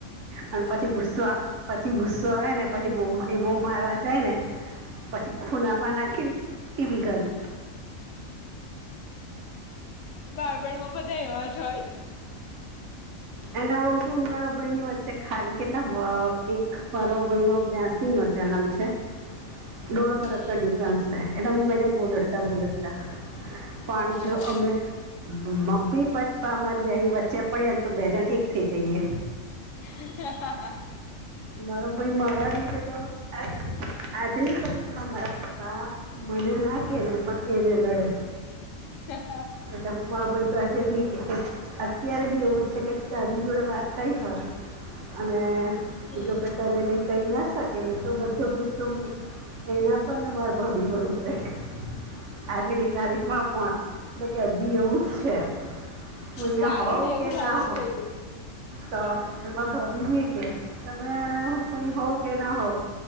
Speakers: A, on the right (about 65°); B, on the left (about 70°).
A: અને પછી ગુસ્સો આ પછી ગુસ્સો આવે ને પછી બઉં એ બહુ મારવા જાય ને પછી ખૂણામાં નાખી ન, ટીપી ઘાલું.
B: બાળપણમાં બધા એવા જ હોય.
A: એના હું ને મારા ભઈની વચ્ચે ખાલી કેટલા, અહ, એક મારો ભઈનો બ્યાસીનો જનમ છે. <unintelligible> દોઢ
B: હમ
A: વર્ષનો ડિફરન્સ છે, એટલે અમે બે જન બોવ લડ તા, બવુ લડતા પણ
B: હા
A: જો અમે મ-મમ્મી, પપ્પા અમારી બેહની વચ્ચે પડે ને તો બે જણ એક થઇ જઈએ.
B: હ હા હા
A: મારો ભઈ મારા લીધે તો <unintelligible> આજની તારીખમાં મારા પપ્પા મને ના કેહેને પણ એને લડે
B: હ હા હા
A: એ <unintelligible> ભાઈ તો આજે બી કે અત્યારે બી એવું જ છે કે તારી જોડે વાત થઇ હોય અને
B: હમ
A: જોકે તને કહી કઇ ન શક કે એ તો બધો ગુસ્સો મૂક, એના પર અને મારા ભાભી પર <unintelligible> આજની તારીખમાં પણ એટલે કે હજી એવું જ છે. હું અહિયાં
B: સારું
A: હોવ
B: ને એવું
A: કે ન
B: હોવું જોઈએ
A: તો એમાં ભાભી ભી કે તમે અહીં હોવ કે ના હોવ